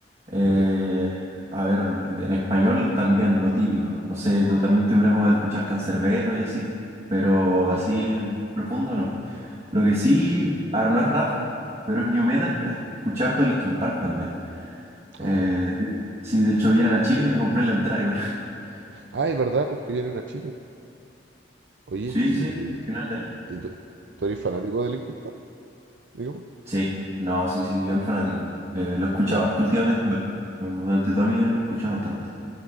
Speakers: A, on the right (about 35°); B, on the right (about 65°).
A: Eh,
B: Ya,
A: a ver, en español también lo típico. No sé, tú también tuve una época de escuchar cancerbero y así, pero
B: ya.
A: así profundo no. Lo que sí, ahora no es rap, pero es new metal, es escuchar todo Linkin Park también. Eh,
B: Ah, ya.
A: sí, de hecho vienen a Chile y me compré la entrada igual. <laughs>
B: Ah, es verdad, pues que vienen a Chile, pues. Oye,
A: Sí,
B: ¿y,
A: sí, sí, final de año.
B: y tú, tú eres fanático de Linkin Park, digamos?
A: Sí, no, sí, sí, bien
B: Bueno,
A: fanático. Eh, lo he escuchado
B: Ya,
A: harto últimamente, pero durante toda mi vida lo he escuchado bastante.